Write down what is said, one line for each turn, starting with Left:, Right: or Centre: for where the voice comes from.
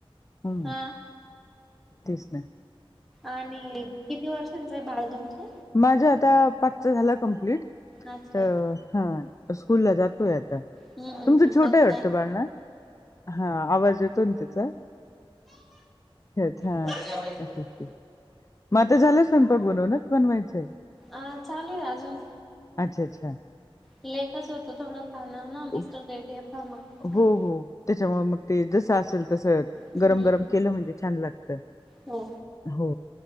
Left: हम्म
Centre: हा,
Left: तेच ना
Centre: आणि किती वर्ष कसा आहे बाळ तुमचं.
Left: माझं आता पाचचा झाला कंप्लीट.
Centre: अच्छा
Left: तर हा स्कूल ला जातोय आता.
Centre: हम्म हम्म
Left: तुमच
Centre: हम्म
Left: छोटं
Centre: मग
Left: वाटतं
Centre: काय नाही.
Left: बाळ ना हा आवाज येतो ना तिचा त्याचा
Centre: हो
Left: हा. माझ झालं स्वयंपाक बनवन बनवायचंय.
Centre: अ चालूय अजून.
Left: अच्छा- अच्छा!
Centre: लेटच होतं थोडं खाण ना
Left: हो
Centre: मिस्टर लेट येता मग. चालेल
Left: हो हो त्याच्यामुळे मग ते जसं असेल तस
Centre: हम्म
Left: गरम गरम केलं म्हणजे छान लागत.
Centre: हो.
Left: हो,